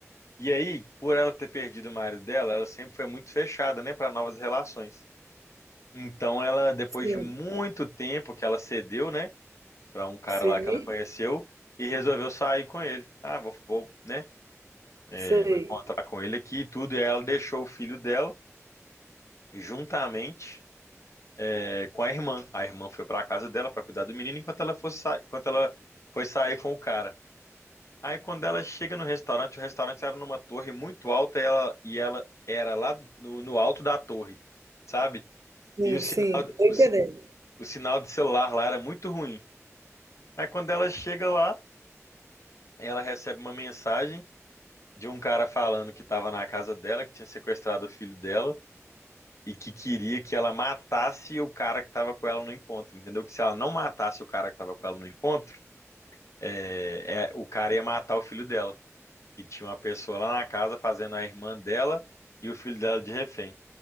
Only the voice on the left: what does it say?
E aí, por ela ter perdido o marido dela, ela sempre foi muito fechada, né, para novas relações. Então ela, depois
de muito tempo que ela cedeu, né, para um cara
lá que ela conheceu e resolveu sair com ele. Ah, vou, vou, né, é,
vou encontrar com ele aqui e tudo. E aí ela deixou o filho dela juntamente é, com a irmã. A irmã foi para a casa dela para cuidar do menino enquanto ela fosse sa- enquanto ela foi sair com o cara. Aí quando ela chega no restaurante, o restaurante era numa torre muito alta e ela, e ela era lá no, no alto da torre, sabe?
E o, sina-
o si- o sinal de celular lá era muito ruim. Aí quando ela chega lá, ela recebe uma mensagem de um cara falando que estava na casa dela, que tinha sequestrado o filho dela e que queria que ela matasse o cara que estava com ela no encontro, entendeu? Que se ela não matasse o cara que estava com ela no encontro, é, é, o cara ia matar o filho dela. que tinha uma pessoa lá na casa fazendo a irmã dela e o filho dela de refém.